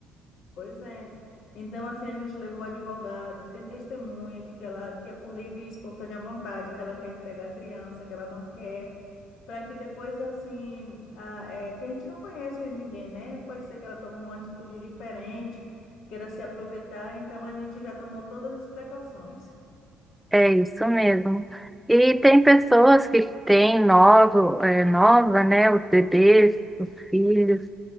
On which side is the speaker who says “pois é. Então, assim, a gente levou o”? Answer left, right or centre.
Left